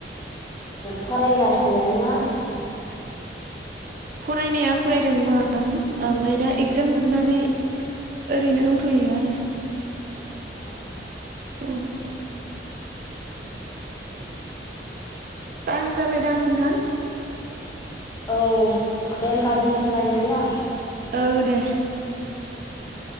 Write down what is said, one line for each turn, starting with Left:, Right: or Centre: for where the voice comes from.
Left: फरायगासिनो ना?
Right: फरायनाया फरायदोंमोन ओमफ्राय दा एगजाम जोबनानै ओरैनो दंथ'यो आरो।
Left: अ।
Right: औ,
Left: उम।
Right: टाइम जाबायदां नोंथां?
Left: औ दे होनोमबा दोनथ'लायसै ना।
Right: औ दे।
Left: उम।